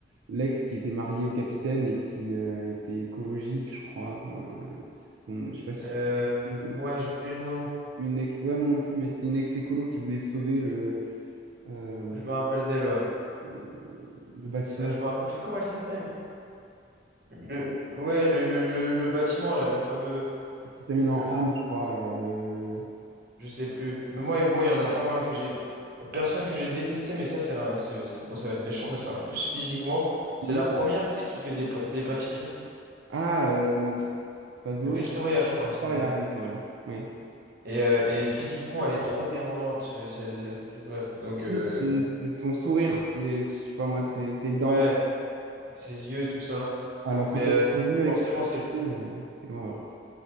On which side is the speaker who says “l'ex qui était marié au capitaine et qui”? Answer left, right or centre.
Right